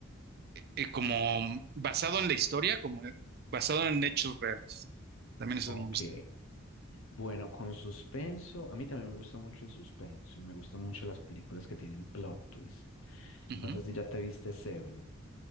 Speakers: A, on the right (about 45°); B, on the left (about 70°).
A: eh, como basado en la historia, como basado en hechos reales. También eso
B: Ok.
A: me gusta.
B: Bueno, con suspenso, a mí también me gusta mucho el suspenso y me gustan mucho las películas que tienen plot twists.
A: Ujú.
B: No sé si ya te viste Seven.